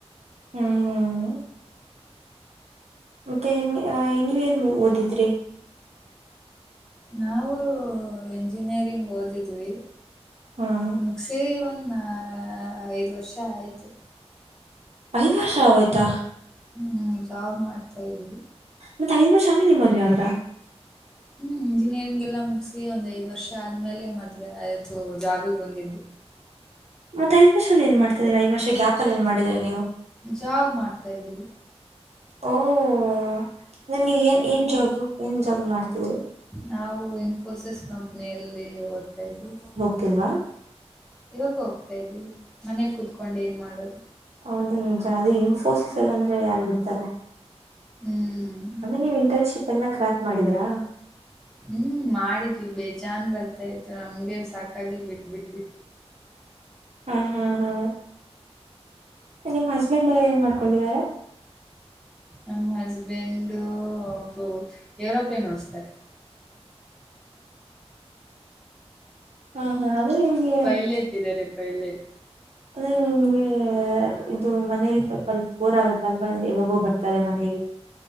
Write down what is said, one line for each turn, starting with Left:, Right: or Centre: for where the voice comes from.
Right: ಹ್ಮ್ ಮತ್ತೆ ನೀವೇನ್ ಓದಿದ್ರಿ
Centre: ನಾವು ಇಂಜಿನಿಯರಿಂಗ್ ಓದಿದ್ವಿ
Right: ಹ್ಮ್
Centre: ಮುಕ್ಸಿ ಒಂದ ಐದ ವರ್ಷ ಆಯ್ತು
Right: ಐದ್ ವರ್ಷ ಆಗೋಯ್ತಾ
Centre: ಹ್ಮ್ ಜಾಬ್ ಮಾಡ್ತಾ ಇದ್ವಿ
Right: ಮತ್ತತ್ ಐದ್ ವರ್ಷಮೇಲಿ ನಿ ಮದ ಆದ್ರ
Centre: ಹ್ಮ್ ಇಂಜಿನಿಯರಿಂಗ್ ಎಲ್ಲಾ ಮುಗಿಸಿ ಒಂದ್ ಐದ್ ವರ್ಷ ಆದ್ಮೇಲೆ ಮದ್ ಆಯ್ತು ಜಾಬಿಗೆ ಬಂದಿದ್ದು
Right: ಮತ್ತೆ ದ ವರ್ಷದಲ್ಲಿ ಏನ್ ಮಾಡ್ತಿದ್ರ ಐದುರ್ಷ ಗ್ಯಾ ಅಲ್ಲಿ ಏ ಮಾಡ್ರಿ ನೀವು
Centre: ಜಾಬ್ ಮಾಡ್ತಾ್ದೀವಿ
Right: ಓ ಅಂದ್ರ ನೀವ ಏನ್ ಏನ್ ಜಾಬ್ ಏನ್ ಜಾಬ್ ಮಾಡ್ತಿದೀರಿ
Centre: ನಾವು ಇನ್ಫೋಸಿಸ್ ಕಂಪನಿಯಲ್ಲಿ ಓದ್ತಾ ಇದ್ವಿ
Right: ತ್ತಲ್ವಾ
Centre: ಇವಾಗು ಹೋಗ್ತಾ ಇದ್ದೀವಿ ಮನೇಲಿ ಕುೂತ್ಕೊಂಡು ಏನ್ ಮಾಡೋದು
Right: ಹೌದು ನಿಮ್ಜ ಅದೇ ಇನ್ಫೋಸಿಸ್ ಅಲ್ಲ ಅಂದ್ರೆ ಎಲ್ಲಿ ಬಿಡ್ತಾರೆ
Centre: ಹ್ಮ್
Right: ಅದೇನೆ ಇಂಟಾನ್ಷಿಪ್ ಎಲ್ಲ ಕ್ರ್ಯಾಕ್ ಮಾಡಿದ್ರಾ
Centre: ಹ್ಮ್ ಮಾಡಿದ್ವಿ ಬೇಜಾನ್ ಬರ್ತಾ ಇತ್ತು ನಮ್ಗೆ ಸಾಕಾಗಿ ಬಿಟ್ಬಟ್ವಿ
Right: ಹೂ ಹಾ ಹಾ ನಿಮ್ ಹಸ್ಬೆಂಡ್ ಏನ್ ಮಾಡ್ಕೊಂಡಿದಿದ್ದಾರೆ
Centre: ನಮ್ಮ ಹಸ್ಬೆಂಡ್ ಸೋ ಏರೋಪ್ಲೇನ್ ಓಡಸ್ತಾರೆ
Right: ಹಾ ಹಾ ಅಂದ್ರೆ ನಿಮ್ಗೆ
Centre: ಪೈಲಟ್ ಇದ್ದಾರೆ ಪೈಲಟ್
Right: ಅಂದ್ರೆ ನಿಮ್ಗೆ ಇದು ಮನೆ ಯಲ್ಲಿ ಸ್ವಲ್ಪ ಬೋರ್ ಆಗುತ್ತೆ ಅಲ್ವಾ ಯಾವಾಗೋ ಬರ್ತಾರೆ ಮನೆಗೆ